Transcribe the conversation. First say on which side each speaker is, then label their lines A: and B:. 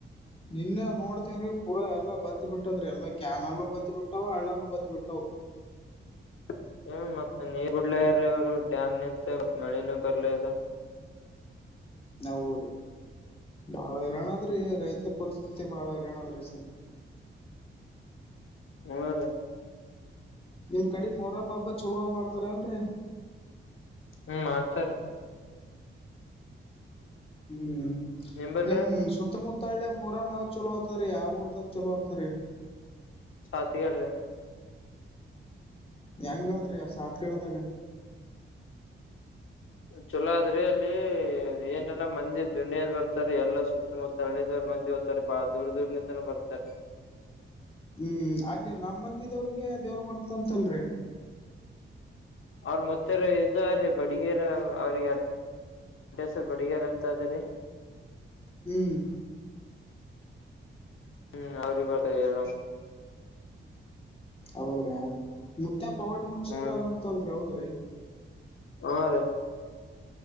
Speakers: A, on the left; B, on the left.
A: ನಿನ್ನ ನೋಡ್ತೇವ್ರೀ ಪೂರ ಎಲ್ಲಾ ಬತ್ತ ಬಿಟ್ಟದ್ರಿ ಎಲ್ಲಾ ಕ್ಯಾನಲ್ಲು ಬತ್ತ ಬಿಟ್ಟಾವ ಹಳ್ಳನು ಬತ್ತ ಬಿಟ್ಟಾವ
B: <inaudible> ಮತ್ತ ನೀ ಬಡ್ಲ್ರ ಅವರು ಡ್ಯಾಮ್ ನಿಂತ ಮತ್ ಮಳೆನೂ ಬರ್ಲ ಅದ
A: ನಾವ್ರ ಬಾಳ ಇರೋಣದ್ರಿ ರೈತ ಪರಿಸ್ಥಿತಿ ಬಾಳ ಅರ ಸ್ಲ
B: ಅವರ
A: ನಿಮ್ ಕಡಿ ಮೊರಮ್ಮ ಹಬ್ಬ ಚಲೋ ಮಾಡ್ತಾರನ್ರರಿ
B: ಹ್ಮ್ ಮಾಡ್ತಾರೆ
A: ಹ್ಮ್
B: ನಿಂಬಲ್ರಿ
A: ನಿಮ್ ಸುತ್ತಮುತ್ತ ಹತ್ತಳ್ಳೆ ಮೂರಮ ಯಾವ್ ಚಲೋ ಆತರಿ ಯಾವ್ ಊರ್ದಾಗ ಚಲೋ ಆಗ್ತರಿ
B: ಸಾತಿಗಡ್ರಿ
A: ಹೆಂಗದ್ರಿ ಸಾತ್ಗಡದಾಗ
B: ಚೊಲೋ ಅ ಆದ್ರಿ ಅಲ್ಲಿ ಏನಲ್ಲಾ ಮಂದಿ ದುನಿಯದ್ ಬರ್ತಾರ ಎಲ್ಲಾ ಸುತ್ತಮುತ್ತಳ್ಳಿದ ಮಂದಿ ಓ್ತರೆ ಬಾಳ ದೂರ ದೂರ ನಿಂತನ ಬರ್ತಾರೆ
A: ಹ್ಮ್ ಅಲ್ಲಿ ನಮ್ಮ ಮಂದಿದವ್ರಿಗೆ ಅದೇವ್ರ ಬರ್ತಂತಲ್ರಿ
B: ಅವ್ರ ಮತ್ತಾರ ಇದ್ರೀ ಬಡಗರ ಅವ್ರಿಗೆ ಬಡೆ ಸ ಬಡಿಯ ರಂತಾದರಿ
A: ಹ್ಮ್
B: ಹ್ಮ್ ಅವ್ರಿಗೆ ಬತ್ತ ಹೇಳ <inaudible>
A: ಹೌದ್ರಾ ಪವಾಡ್ ಮನುಷ್ಯಾರ
B: ಹ್ಮ್
A: ಆರಾಮ ಚಲ್ರ ಹೋದು ರೀ
B: ಹ್ಮ್ ರೀ